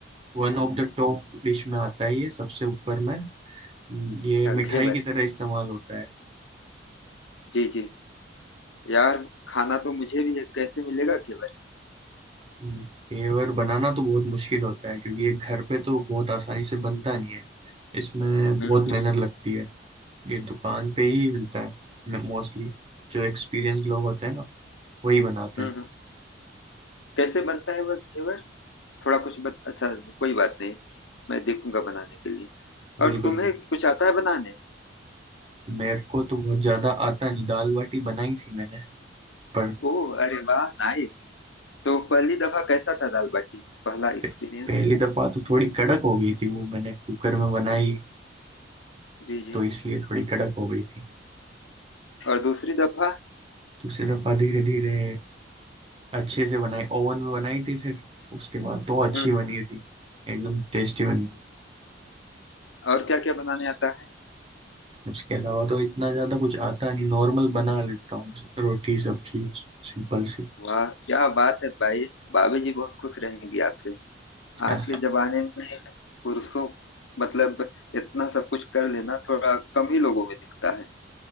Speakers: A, on the right; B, on the left.
A: one of the top dish में आता है ये सबसे ऊपर में हम्म, ये
B: अ,
A: मिठाई
B: घेवर
A: की तरह इस्तेमाल होता है
B: जी जी यार खाना तो मुझे भी है कैसे मिलेगा घेवर
A: हम्म। घेवर बनाना तो बहुत मुश्किल होता है क्योंकि ये घर पे तो बहुत आसानी से बनता नहीं है इसमें
B: हम्म
A: बहुत मेहनत लगती है ये दुकान पे ही मिलता है मोस्टली जो एक्सपीरियंस लोग होते हैं ना वही बनाते
B: हम्म
A: हैं
B: हम्म। कैसे बनता है वह घेवर थोड़ा कुछ बत... अच्छा कोई बात नहीं मैं देखूंगा बनाने के लिए
A: बिल्कुल
B: और तुम्हें
A: भी
B: कुछ आता है बनाने
A: मेरे को तो बहुत ज्यादा आता नहीं दाल बाटी बनाई थी मैंने पर
B: ओह अरे वाह नाइस तो पहली दफा कैसा था दाल बाटी पहला
A: पे,
B: एक्सपीरियंस
A: पहली दफा तो थोड़ी कड़क हो गई थी वो मैंने कुकर में बनाई
B: जी जी
A: तो इसलिए थोड़ी कड़क हो गई थी
B: और दूसरी दफा
A: दूसरी दफा धीरे धीरे अच्छे से बनाई ओवन में बनाई थी फिर उसके बाद तो अच्छी
B: हम्म
A: बनी थी एकदम टेस्टी बनी थी
B: और क्या क्या बनाने आता है
A: उसके अलावा तो इतना ज़्यादा कुछ आता नहीं नॉर्मल बना लेता हूँ रोटी सब्जी सिंपल सी
B: वाह क्या बात है भाई भाभी जी बहुत खुश रहेंगी आपसे
A: <laughs>
B: आज के जमाने में पुरुषों मतलब इतना सब कुछ कर लेना थोड़ा कम ही लोगों में दिखता है